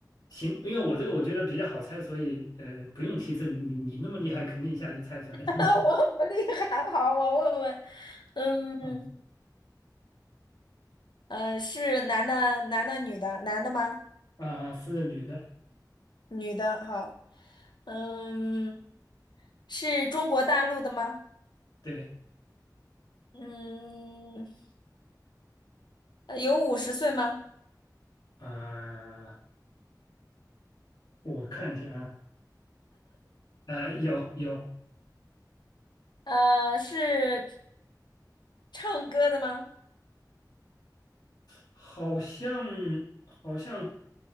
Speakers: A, on the left; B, on the left.
A: 行，因为我这个我觉得比较好猜，所以呃不用提示，你你那么厉害，肯定一下就猜出来了。
B: <laughs>
A: <laughs>
B: 我不厉害，好，我问问，嗯
A: 嗯
B: 呃，是男的，男的，女的，男的吗？
A: 啊、是女的，
B: 女的，好，嗯，是中国大陆的吗？
A: 对
B: 嗯。呃有五十岁吗？
A: 啊、我看一下啊，呃有有
B: 呃，是唱歌的吗？
A: 好像好像